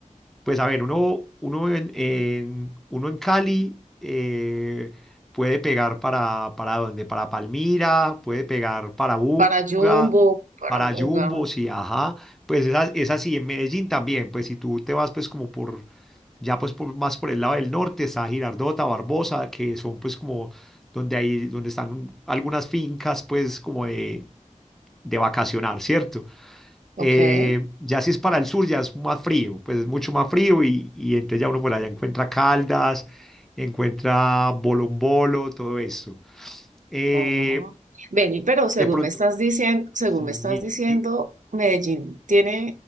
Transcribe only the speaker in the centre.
Pues a ver, uno, uno, en, en- uno en Cali eh, puede pegar para, para dónde, para Palmira, puede pegar para Buga,
para
Jumbo, sí, ajá, pues es, a- es así, en Medellín también, pues si tú te vas pues como por, ya pues por, más por el lado del norte, está Girardota, Barbosa, que son pues como donde hay, donde están algunas fincas pues como de, de vacacionar, ¿cierto?
Eh, ya si es para el sur, ya es más frío, pues es mucho más frío y, y entonces ya uno por allá encuentra Caldas, encuentra Bolombolo, todo esto. Eh,
de
pronto,
sí.